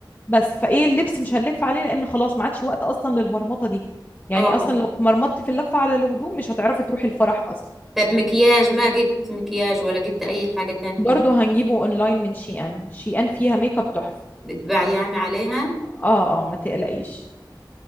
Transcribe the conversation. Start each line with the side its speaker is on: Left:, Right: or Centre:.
Left: بس فايه اللبس مش هنلف عليه لان خلاص ما عادش وقت اصلا للمرمطه دي يعني
Centre: اه
Left: اصلا لو اتمرمطتي في اللفه على الهدوم مش هتعرفي تروحي الفرح اصلا
Centre: طب مكياج ما جبت مكياج ولا جبت اي حاجة تانية
Left: برضه هنجيبه اونلاين من شي ان شي ان فيها ميك اب تحفة
Centre: بتباع يعني عليها
Left: اه اه ما تقلقيش